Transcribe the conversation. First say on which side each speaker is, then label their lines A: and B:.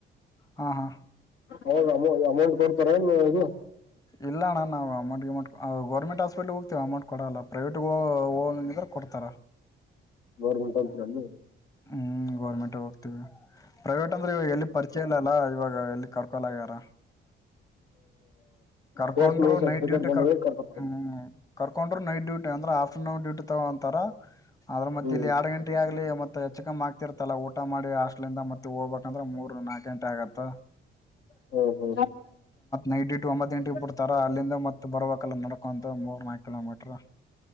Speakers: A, on the left (about 15°); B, on the left (about 80°).
A: ಹಾ ಹಾ
B: ಹೌದೌ ಆಮ್ ಅಮೌಂಟ್ ಕೊಡ್ತಾರ ನೀ ಇಲ್ಲ
A: ಇಲ್ಲಣ್ಣನ್ ನಾವು ಅಮೌಂಟ್ ಗಿ ಅಮೌಂಟ್ ಗೌರ್ಮೆಂಟ್ ಹಾಸ್ಪಿಟ್ಲ್ ಹೋಗ್ತೇವಿ ಅಮೌಂಟ್ ಕೊಡಲ್ಲ ಪ್ರೈವೇಟ್ ಹೊ ಹೋಗನಗಿದ್ರೆ ಕೊಡ್ತಾರ
B: ಗೌರ್ಮೆಂಟ್ ಅಂತ್ರಲ್ಲಿ
A: ಹ್ಮ್ ಗೌರ್ಮೆಂಟ್ ಹೋಗ್ತೀವಿ ಪ್ರೈವೇಟ್ ಅಂದ್ರೆ ಇವಾಗ ಎಲ್ಲಿ ಪರಿಚಯ ಇಲ್ಲ ಅಲ್ಲ ಇವಾಗ ಎಲ್ಲಿ ಕರ್ಕಲಾಗ್ಯಾರ್ ಕರ್ಕೊಂಡ್ರು
B: ಕೋರ್ಸ್ ಮುಗಿದ ಸರ್ಟಿಫಿಕೇಟ್
A: ನೈಟ್ ಡ್ಯೂಟಿ
B: ಬಂದಾಗ
A: ಕರ್
B: ಕರ್ಕೊತಾರ
A: ಹ್ಮ್ ಕರ್ಕೊಂಡ್ರು ನೈಟ್ ಡ್ಯೂಟಿ ಅಂದ್ರೆ ಆಫ್ಟರ್ನೂನ್ ಡೂಟಿ ತಗೊಂತಾರ ಆದದ್ರ ಮತ್ತೆ
B: ಹ್ಮ್
A: ಇಲ್ಲಿ ಎರಡು ಗಂಟೆ ಆಗ್ಲಿ ಮತ್ ಹೆಚ್ಚಚ್ಕಮ್ಮ ಆಗ್ತಿರ್ತಲ್ಲ ಊಟ ಮಾಡಿ ಅಷ್ <unintelligible> ಮತ್ತೆ ಹೋಗ್ಬೇಕಂದ್ರೆ ಮೂರ್ ನಾಲ್ಕ ಗಂಟೆ ಆಗತ್ತ
B: ಹು ಹು
A: ನೈಟ್ ಡ್ಯೂಟಿ ಒಂಬತ್ತು ಗಂಟೆಗೆ
B: <inaudible>
A: ಬಿಡ್ತಾರ ಅಲ್ಲಿಂದ ಮತ್ ಬರ್ಬೇಕಲ್ಲ ನಡ್ಕೊಂತ ಮೂರ್ ನಾಕು ಕಿಲೋಮೀಟರ್